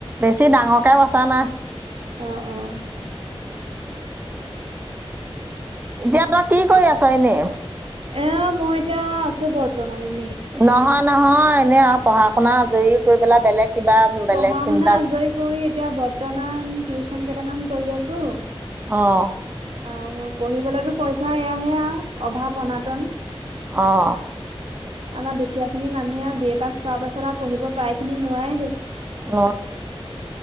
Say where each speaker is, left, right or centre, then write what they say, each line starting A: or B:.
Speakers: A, on the right; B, on the right.
A: বেছি ডাঙৰকে বচা নাই।
B: অ' অ'!
A: এতিয়া তই, কি কৰি আছ এনেই?
B: এ, মই এতিয়া আছোঁ বৰ্তমান, এনেই।
A: নহয়-নহয়, এনে আৰু পঢ়া-শুনা আজৰি কৰি পেলাই, বেলেগ কিবা? বেলেগ
B: পঢ়া-শুনা
A: চিন্তা
B: আজৰি কৰি, এতিয়া বৰ্তমান, টিউচন কেইটামান কৰি আছোঁ।
A: অ'!
B: আৰু পঢ়িবলৈতো, পইচা এয়াহে আৰু অভাৱ- অনাতন!
A: অ'!
B: আমাৰ দুখীয়া শ্ৰেণীৰ মানুহে আৰু বি এ পাছ কৰাৰ পাছত আৰু পঢ়িব প্ৰায় খিনি, নোৱৰেই দেখোন!
A: <unintelligible>